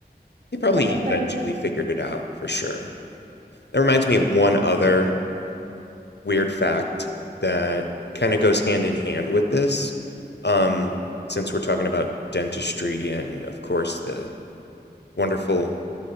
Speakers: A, on the left; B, on the right.
A: They probably
B: kind
A: eventually
B: of thing.
A: figured it out for sure. That reminds me of one other weird fact that kind of goes hand in hand with this. Um, since we're talking about dentistry and, of course, the wonderful